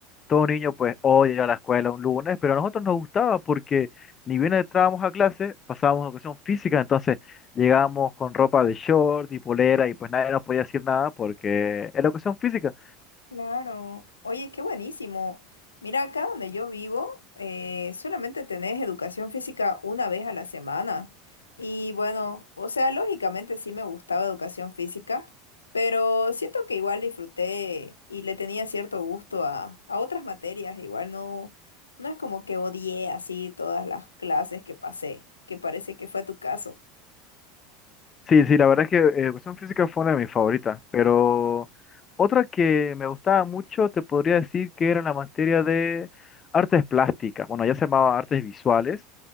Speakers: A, on the left; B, on the left.
A: todo niño pues odia ir a la escuela un lunes, pero a nosotros nos gustaba porque ni bien entrábamos a clase, pasábamos a educación física, entonces llegábamos con ropa de shorts y polera y pues nadie nos podía decir nada porque era educación física.
B: Claro. Oye, qué buenísimo. Mira, acá donde yo vivo, eh, solamente tenés educación física una vez a la semana. Y bueno, o sea, lógicamente sí me gustaba educación física, pero siento que igual disfruté y le tenía cierto gusto a, a otras materias. Igual no, no es como que odié así todas las clases que pasé, que parece que fue tu caso.
A: Sí, sí, la verdad es que eh, educación física fue una de mis favoritas, pero otra que me gustaba mucho te podría decir que era la materia de artes plásticas, bueno, ya se llamaba artes visuales.